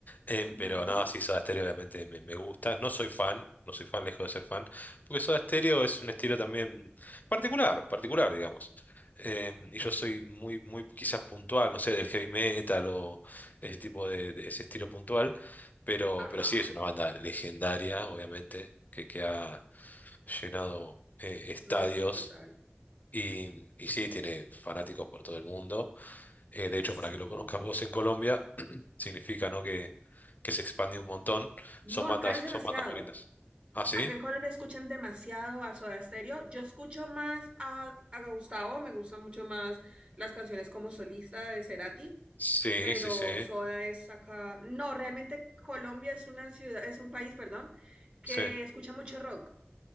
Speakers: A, on the left; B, on the right.
A: em,
B: ujú,
A: pero no, sí, Soda Stereo obviamente me, me gusta. No soy fan, no soy fan, lejos de ser fan, porque Soda Stereo es un estilo también particular, particular, digamos. Em, y yo soy muy, muy quizás puntual, no sé, del heavy metal o ese tipo de, de ese estilo puntual, pero,
B: ajá,
A: pero sí es una banda legendaria, obviamente, que, que ha llenado eh, estadios
B: no, es brutal,
A: y, y sí, tiene fanáticos por todo el mundo. Eh, de hecho,
B: sí.
A: para que lo conozcas vos en Colombia, significa, ¿no? que, que se expande un montón.
B: No,
A: Son bandas,
B: acá es demasiado.
A: son bandas muy lindas. ¿Ah, sí?
B: Acá en Colombia escuchan demasiado a Soda Stereo. Yo escucho más a, a Gustavo, me gustan mucho más las canciones como solista de Cerati,
A: Sí,
B: pero
A: sí, sí,
B: Soda es acá. No, realmente Colombia es una ciudad, es un país, perdón, que
A: sí.
B: escucha mucho rock.